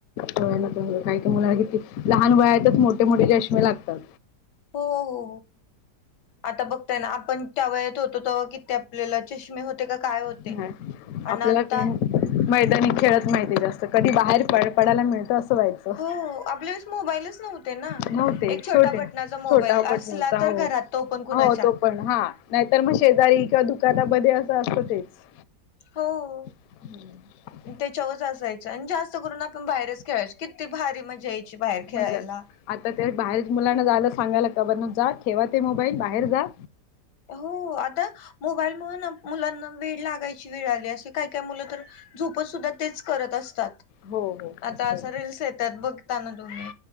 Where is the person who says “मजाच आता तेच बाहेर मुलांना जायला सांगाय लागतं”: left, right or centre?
Left